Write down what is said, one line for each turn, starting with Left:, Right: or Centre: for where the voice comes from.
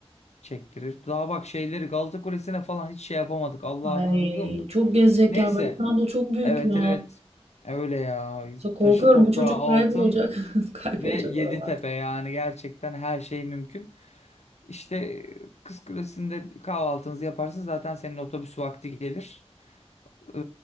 Left: çektirir. Daha bak şeyleri Galata Kulesi'ne falan hiç şey yapamadık. Allah'ım.
Right: Ay çok gezecek
Left: Neyse.
Right: yer var. İstanbul çok büyük
Left: Evet
Right: ya.
Left: evet. Öyle ya.
Right: So- korkuyorum
Left: Taşı toprağı
Right: bu çocuk
Left: altın
Right: kaybolacak. <laughs> Kaybolacak
Left: ve Yeditepe
Right: oralar.
Left: yani gerçekten her şey mümkün. İşte Kız Kulesi'nde bir kahvaltınızı yaparsın zaten senin otobüs vakti gelir. Ee,